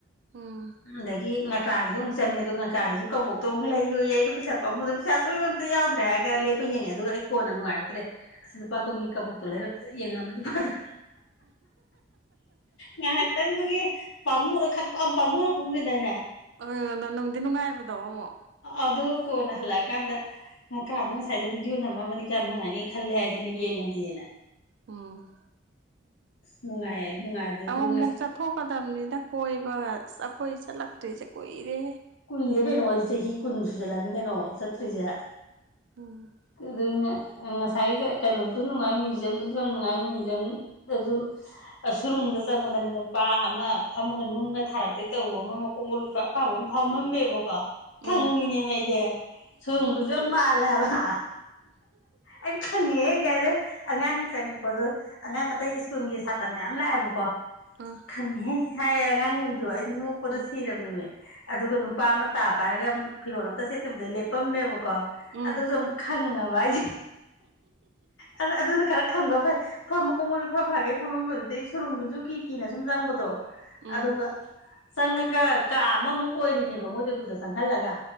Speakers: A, on the right; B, on the left.
A: ꯎꯝ
B: ꯗꯒꯤ ꯉ ꯀꯀꯥꯒꯤꯗ ꯑꯃꯨꯛ ꯆꯪꯉꯦ ꯑꯗꯨꯒ ꯀꯀꯥꯒꯤꯁꯨ ꯀꯕꯣꯛꯇꯣꯨꯛ ꯂꯩꯨ ꯄꯩꯁꯥ ꯄꯥꯝꯃꯨꯗꯅ ꯄꯩꯁꯥ ꯆꯣꯏꯕ ꯑꯝꯇ ꯌꯥꯎꯗ꯭ꯔꯦ ꯍꯥꯏꯔꯒ ꯂꯦꯞꯄ ꯌꯦꯡꯉꯦ ꯑꯗꯨꯒ ꯑꯩ ꯀꯣꯟꯅ ꯅꯨꯡꯉꯥꯏꯔꯛꯇ꯭ꯔꯦ ꯑ ꯂꯨꯄꯥ ꯀꯨꯟꯒꯤ ꯀꯕꯣꯛꯇꯣ ꯂꯩꯔ ꯐꯖ ꯌꯦꯡꯉꯝꯃꯁꯨ ꯐꯅ ꯉꯥꯏꯍꯥꯛꯇꯪꯗꯨꯒꯤ ꯄꯥꯝꯃꯨꯔ ꯈꯛ ꯄꯥꯝꯃꯨꯔ ꯀꯨꯝꯅꯗꯅꯦ
A: ꯑꯗ ꯅꯨꯡꯗꯤ ꯅꯨꯡꯉꯥꯏꯕꯗꯣ ꯑꯃꯃꯛ
B: ꯑꯗꯨ ꯀꯣꯟꯅ ꯍꯜꯂꯛꯑꯀꯥꯟꯗ ꯉꯀꯥꯗꯣ ꯉꯁꯥꯏꯗ ꯚꯤꯗꯤꯑꯣ ꯅꯝꯃꯝꯃ ꯀꯌꯥꯝ ꯅꯨꯡꯉꯥꯏꯅꯤ ꯈꯜꯂꯦ ꯍꯥꯏꯁꯤꯅ ꯌꯦꯡꯉꯗꯤꯦꯅ
A: ꯎꯝ
B: ꯅꯨꯡꯉꯥꯏ ꯅꯨꯡꯉꯥꯏꯕꯗꯨꯗꯤ
A: ꯑꯃꯛꯃꯨꯛ
B: ꯉꯁ
A: ꯆꯠꯊꯣꯛꯀꯗꯕꯅꯤꯅ ꯀꯣꯏꯕꯒ ꯑꯁ ꯑꯩꯈꯣꯏ ꯆꯠꯂꯛꯇ꯭ꯔꯤꯁꯦ ꯀꯨꯏꯔꯦ
B: ꯀꯨꯏꯔꯦ ꯀꯩꯅꯣ ꯑꯩ ꯆꯍꯤ ꯀꯨꯟ ꯁꯨꯖꯜꯂꯝꯃꯤ ꯀꯩꯅꯣ ꯆꯠꯇ꯭ꯔꯤꯁꯦ
A: ꯎꯝ
B: ꯀꯗꯣꯏꯅ ꯉꯁꯥꯏꯒ ꯀꯩꯅꯣꯁꯨ ꯅꯨꯡꯉꯥꯏ ꯃ꯭ꯌꯨꯖꯤꯌꯝꯗꯁꯨ ꯌꯥꯝ ꯅꯨꯡꯉꯥꯏ ꯃ꯭ꯌꯨꯖꯤꯌꯝꯗꯁꯨ ꯁꯨꯔꯨꯡꯗ ꯆꯪꯕꯗꯅ ꯅꯨꯄꯥ ꯑꯃ ꯐꯝꯃꯒ ꯅꯨꯡꯅ ꯊꯥꯔꯛꯇꯩ ꯇꯧꯕ ꯑꯃ ꯃꯀꯣꯛ ꯃꯔꯨꯁꯨ ꯑ ꯐꯕ ꯑꯃ ꯊꯃꯝ ꯃꯦꯕ ꯀꯥ
A: ꯎꯝ
B: ꯈꯪꯉꯤꯅꯦꯅꯦ ꯑꯩꯗꯤ ꯁꯣꯗꯨꯁꯨ ꯌꯥꯝ ꯃꯥꯜꯂꯦ ꯍꯥꯏꯕ ꯑꯩ ꯈꯪꯉꯦ ꯀꯥꯏꯗ ꯑꯉꯥꯡ ꯆꯪꯉꯛꯄꯗꯣ ꯑꯉꯥꯡ ꯑꯇꯩ ꯁ꯭ꯀꯨꯜꯒꯤ ꯁꯥꯇ꯭ꯔ ꯃꯌꯥꯝ ꯂꯥꯛꯑꯦꯕꯀꯣ
A: ꯎꯝ
B: ꯈꯅꯤ ꯍꯥꯏ <unintelligible> ꯑꯗꯨ ꯑꯩꯗꯤ ꯃꯣꯛꯄꯗ
A: ꯎꯝ
B: ꯁꯤꯔꯕꯅꯤꯃꯦ ꯑꯗꯨꯒ ꯅꯨꯄꯥ ꯑꯃ ꯇꯥ ꯄꯥꯏꯔꯒ ꯐꯤꯔꯣꯜ ꯑꯃꯝꯇ ꯁꯦꯠꯇꯕꯤꯗ ꯂꯦꯞꯄꯝꯃꯦꯕ ꯀꯣ
A: ꯎꯝ
B: ꯑꯗꯨ ꯁ ꯈꯪꯉꯕ ꯚꯏ ꯑ ꯑꯗꯨꯅ ꯈꯔ ꯈꯪꯕꯣ ꯐꯩ ꯐꯝꯃꯀꯣꯡ ꯃꯗꯤ ꯐ ꯐꯥꯒꯦ ꯐꯝꯃꯝꯕꯗꯨꯗꯩ ꯁꯨꯔꯨꯡꯗꯨꯁꯨ ꯀꯤ ꯀꯤꯅ ꯁꯨꯝ ꯆꯪꯕꯗꯣ
A: ꯎꯝ
B: ꯑꯗꯨꯒ ꯆꯪꯉꯒ ꯀꯥ ꯑꯃꯃꯨꯛ ꯑꯣꯏꯔꯤꯅꯦꯕ ꯃꯣꯏꯗ ꯑꯗꯨꯗ ꯆꯪꯍꯜꯂꯒ